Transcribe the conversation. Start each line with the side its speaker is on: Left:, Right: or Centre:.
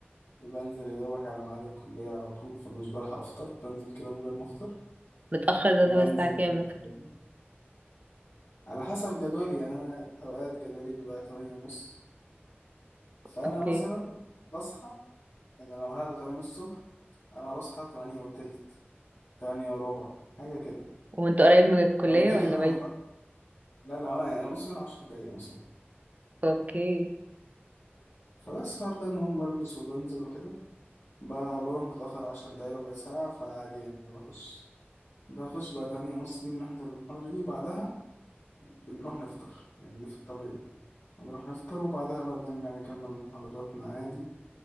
Left: وبنزل يا دوبك على ميعاد الكلية على طول فمش بلحق أفطر بنزل كده من غير ما أفطر
Right: متاخر ده
Left: بنزل
Right: اللي هو الساعه كام مثلا
Left: الكلية. على حسب جدولي يعني أنا أوقات جدولي بيبقى تمانية ونص فأنا
Right: اوكي
Left: مثلا بصحى إن لو هلعب تمانية ونص الصبح أنا بصحى تمانية وتلت تمانية وربع حاجة كده
Right: وانت قريب من الكليه
Left: أنا كده
Right: ولا
Left: كده هروح
Right: بعيد
Left: متأخر لا لا أنا يعني بص أنا عشر دقايق مثلا
Right: اوكي
Left: فبس فارغ إن أقوم بلبس وبنزل وكده ب- بروح متأخر عشر دقايق ربع ساعة فعادي يعني بخش بخش بقى تمانية ونص دي بنحضر المحاضرة دي وبعدها بنروح نفطر يعني في الطبيعي بنروح نفطر وبعدها بقى بنرجع نكمل محاضراتنا عادي